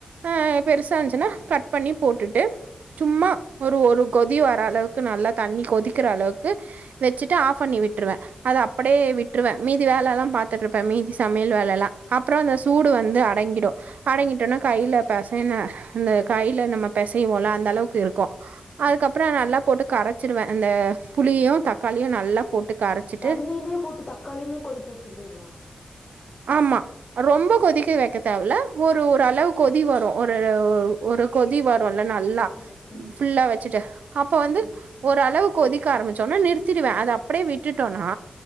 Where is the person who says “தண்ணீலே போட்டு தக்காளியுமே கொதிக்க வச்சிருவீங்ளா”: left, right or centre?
Left